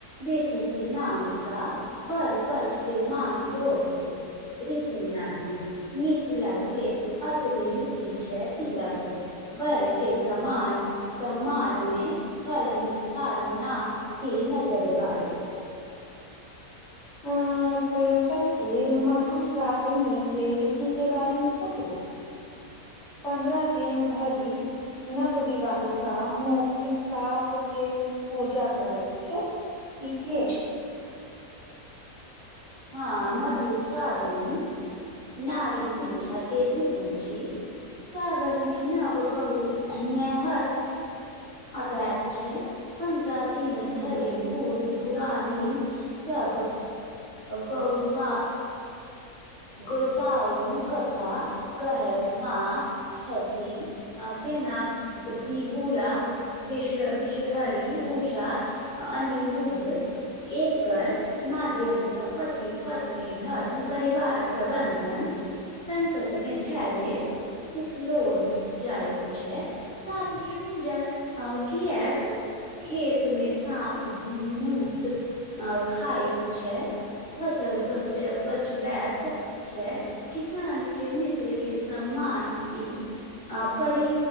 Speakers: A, on the left; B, in the centre.
A: बेटी के नाम सा वर पछ के माँग लोभ छी रीति नहि मिथिला के असली रीति छै तिलक वर के समान सम्मान मे फल मिष्ठान न की नगद गाड़ी
B: आ त सखी मधुश्रावणी के रीति के बारेमे कहू पन्द्रह दिन धरि नव विवाहिता मोगी साप के पूजा करैत छै ठीके
A: हँ मधुश्रावणी नारी
B: हूँ
A: शिक्षा के रीती छी सावनमे नब बहु नेहर अबैत छै पन्द्रह दिन धरि
B: हूँ
A: बुऽड पुरानिन सब गौसा गोसाउन कथा कहयत धाँ छथि आ जेना बिहुला विष विषहरी उषा अनिरुद्ध एकर माध्यमसँ पति पत्नी धर्म परिवार प्रबन्धन संकट मे धैर्य सिखलोल जायत छै सांप के पूजा आ कीयैक खेतमे साँप मूस खायत छै फसल बच बच बात छै किसान के मित्र के सम्मान ई अ परी